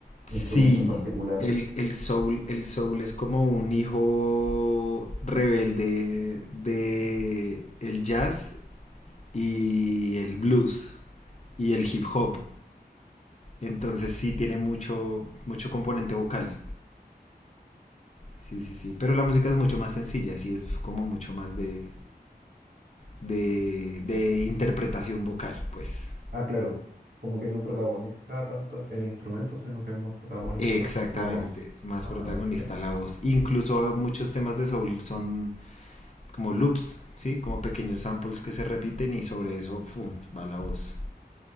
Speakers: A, on the left; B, on the right.
A: sí,
B: instrumentos particulares?
A: el, el soul, el soul es como un hijo rebelde de el jazz y el blues y el hip hop.
B: Ujú.
A: Entonces sí tiene mucho, mucho componente vocal. Sí, sí, sí. Pero la música es mucho más sencilla, sí es como mucho más de, de, de interpretación vocal, pues.
B: Ah, claro, como que no protagoniza tanto el instrumento, sino que es más protagonista
A: Exactamente,
B: la voz.
A: es más
B: Ah,
A: protagonista
B: perfecto.
A: la voz. Incluso muchos temas de soul son como loops, ¿sí? Como pequeños samples que se repiten y sobre eso fu, va la voz.